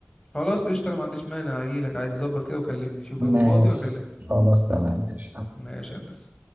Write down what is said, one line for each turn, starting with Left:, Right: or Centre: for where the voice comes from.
Left: خلاص قشطة انا ما عنديش مانع اجيلك عادي ظبط كده وكلمني شوف يوم
Right: ماشي
Left: فاضي واكلمك
Right: خلاص تمام ماشي
Left: ماشي يا هندسة